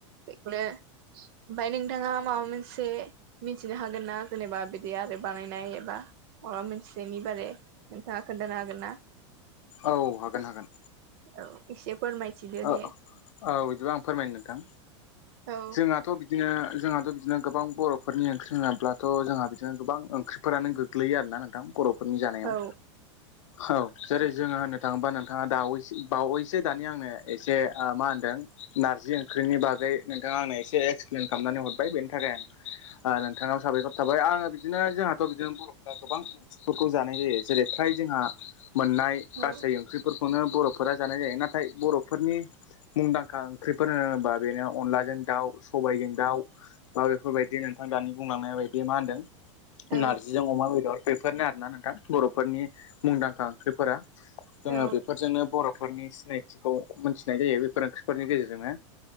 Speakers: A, on the right; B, on the left.
A: बेखौनो ओमफाय नोंथाङा माबा मोनसे मिथिनो हागोन ना जेनेबा बे बे आरो बानायनाय एबा माबा मोनसेनि बारै नोंथाङा खोन्थानो हागोन ना
B: औ हागोन हागोन
A: औ एसे फोरमायथिदो
B: ओ
A: दे
B: औ इदिबा आं फोरमायनो नोंथां
A: औ
B: जोंहा थ' बिदिनो जोंहाथ' बिदिनो गोबां बर'फोरनि ओंख्रि नङाब्लाथ' जोंहा बिदिनो गोबां ओंख्रिफोरानो गोगग गोग्लैयो आरोना नोंथां बर'फोरनि जानायाव
A: औ
B: औ जेरै जोङो होननो थाङोबा नोंथाङा दावैसो बावैसो दानि आंनो एसे ओ मा होनदों नारजिं ख्र्रिंनि बागै नोंथाङा आंनो एसे एक्सप्लेन खामनानै हरबाय बेनि थाखाय आं ओ नोंथांनाव साबायखर थाबाय आङो बिदिनो जोंहाथ' बिदिनो बर' गोबां ओंख्रिफोरखौ जानाय जायो जेरै फ्राय जोंहा मोननाय गासै
A: औ
B: ओंख्रि फोरखौनो बर'फोरा जानाय जायो नाथाय बर'फोरनि मुंदांखा खांख्रिफोर होन होनोबा बेनो अनलाजों दाउ सबायजों दाउ दा बेफोरबायदि नोंथां दानि बुंलांनाय बायदि मा होन्दों
A: औ
B: नारजिजों अमा बेदर बेफोरनो आरो ना नोंथां बर'फोरनि मुंदांखा ओंख्रिफोरा जोङो
A: औ
B: बेफोरजोंनो बर'फोरनि सिनायथिखौ मोनथिनाय जायो बेफोर ओंख्रिफोरनि गेजेरजोंनो